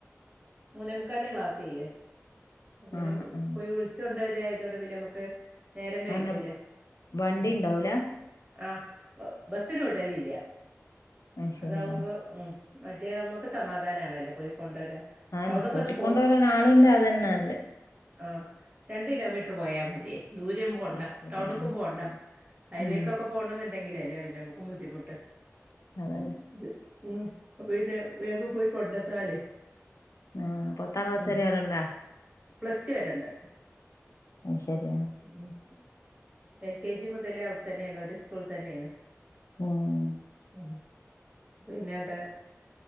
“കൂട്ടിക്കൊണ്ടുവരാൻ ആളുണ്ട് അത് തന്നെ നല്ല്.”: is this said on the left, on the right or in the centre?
Left